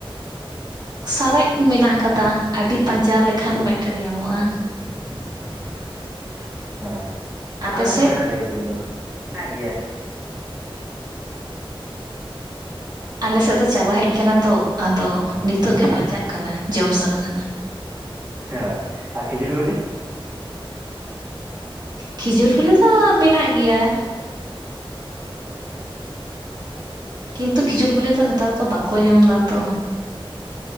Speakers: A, on the right; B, on the right.
A: ᱥᱟᱨᱮᱡ ᱢᱮᱱᱟᱜ ᱟᱠᱟᱫᱟ ᱟᱹᱰᱤ ᱯᱟᱸᱡᱟ ᱞᱮᱠᱷᱟᱱ ᱢᱮᱜᱴᱮᱱ ᱧᱟᱢᱚᱜᱼᱟ᱾
B: <inaudible> ᱚ
A: ᱟᱯᱮ
B: ᱟᱞᱮ ᱥᱮᱱ
A: ᱥᱮᱫ
B: ᱦᱚᱸ ᱢᱮᱱᱟᱜ ᱜᱮᱭᱟ ᱩᱞ ᱵᱤᱞᱤ ᱮᱠᱷᱚᱱ ᱢᱮᱱᱟᱜ ᱜᱮᱭᱟ᱾
A: ᱟᱞᱮ ᱥᱮᱫ ᱫᱚ ᱪᱟᱵᱟ ᱦᱮᱡ ᱟᱠᱟᱱᱟ ᱛᱚ, ᱟᱫᱚ ᱱᱤᱛᱚᱜ ᱜᱮ ᱯᱟᱸᱡᱟᱜ ᱠᱟᱱᱟ ᱡᱚᱢ ᱥᱟᱱᱟ ᱠᱟᱱᱟ᱾
B: ᱦᱮᱸ ᱟᱨ ᱠᱷᱤᱡᱩᱨᱤ ᱵᱮᱞᱮ
A: ᱠᱷᱤᱡᱩᱨ ᱵᱤᱞᱤ ᱫᱚ ᱢᱮᱱᱟᱜ ᱜᱮᱭᱟ᱾
B: ᱦᱮᱸ
A: ᱠᱤᱱᱛᱩ ᱠᱷᱤᱡᱩᱨ ᱵᱤᱞᱤ ᱫᱚ ᱱᱮᱛᱟᱨ ᱫᱚ ᱵᱟᱠᱚ ᱡᱚᱢ ᱫᱟ ᱛᱚ᱾